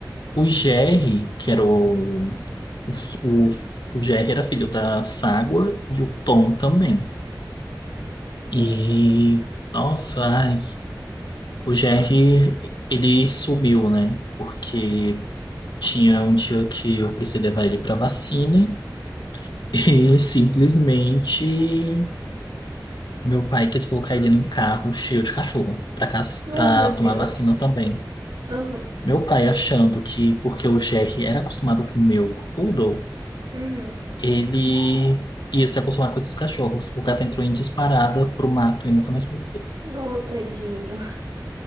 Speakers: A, on the left (about 75°); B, on the right (about 65°).
A: o Jerry, que era o, o, o Jerry era filho da Ságua e o Tom também. E, nossa, ai, o GR, ele sumiu, né? Porque tinha um dia que eu precisei levar ele pra vacina <laughs> e simplesmente meu pai quis colocar ele num carro cheio de cachorro pra ca-
B: Oh,
A: pra
B: meu Deus.
A: tomar vacina também.
B: Uhum,
A: Meu pai achando que, porque o GR era acostumado com o meu poodle,
B: uhum.
A: ele ia se acostumar com esses cachorros. O gato entrou em disparada pro mato e nunca mais voltou.
B: Oh, tadinho.